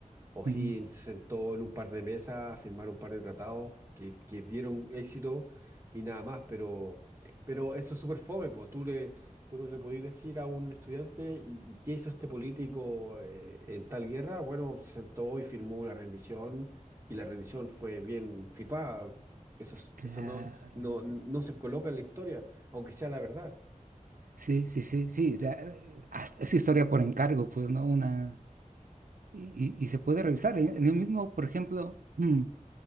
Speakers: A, on the right; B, on the right.
A: O'Higgins
B: ujú.
A: se sentó en un par de mesas a firmar un par de tratados que, que dieron éxito y nada más, pero, pero eso es súper fome, po. Tú le, tú no le podías decir a un estudiante, ¿y y qué hizo este político eh, en tal guerra? Bueno, se sentó y firmó una rendición y la rendición fue bien firmada. Eso, es-
B: Claro,
A: eso no, no, no se coloca en la historia, aunque sea la verdad.
B: sí, sí, sí, sí, sí, sí, sí, la- eh, hasta es historia por encargo, pues, ¿no? Una, y, y- y se puede revisar. En, en el mismo, por ejemplo, mm,